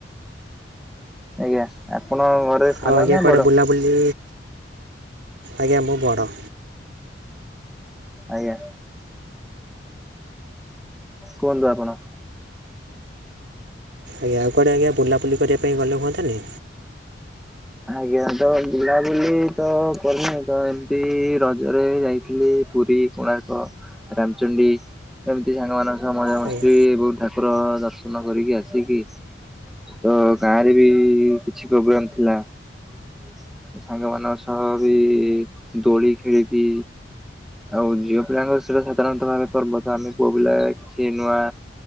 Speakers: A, in the centre; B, on the right.
A: ଆଜ୍ଞା ଆପଣ ଘରେ ସାନ
B: ଆଉ ଆଜ୍ଞା
A: ନା
B: କୁଆଡ଼େ
A: ବଡ?
B: ବୁଲାବୁଲି ଆଜ୍ଞା ମୁଁ ବଡ଼।
A: ଆଜ୍ଞା। କୁହନ୍ତୁ ଆପଣ।
B: ଆଜ୍ଞା ଆଉ କୁଆଡ଼େ ଆଜ୍ଞା ବୁଲାବୁଲି କରିବା ପାଇଁ ଗଲେ ହୁଅନ୍ତାନି?
A: ଆଜ୍ଞା ତ ବୁଲାବୁଲି ତ କରିନି। ତ ଏମିତି ରଜରେ ଯାଇଥିଲି ପୁରୀ, କୋଣାର୍କ, ରାମଚଣ୍ଡୀ ଏମିତି ସାଙ୍ଗମାନଙ୍କ ସହ ମଜାମସ୍ତି
B: ଆଜ୍ଞା।
A: ବହୁ ଠା କୁର ଦର୍ଶନ କରିକି ଆସିକି। ତ ଗାଁରେ ବି କିଛି ପ୍ରୋବ୍ଲେମ୍ ଥିଲା। ତ ସାଙ୍ଗମାନଙ୍କ ସହ ବି ଦୋଳି ଖେଳିକି ଆଉ ଝିଅ ପିଲାଙ୍କ ସେଟା ସାଧାରଣତଃ ଭାବେ ପର୍ବ। ତ ଆମେ ପୁଅ ପିଲା କିଛି ନୂଆ